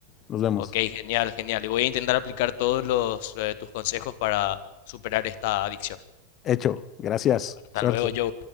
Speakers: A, on the left (about 30°); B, on the left (about 50°).
A: Nos vemos.
B: Ok, genial, genial, y voy a intentar aplicar todos los, eh, tus consejos para superar esta adicción.
A: Hecho. Gracias.
B: Hasta
A: Suerte.
B: luego, Joe.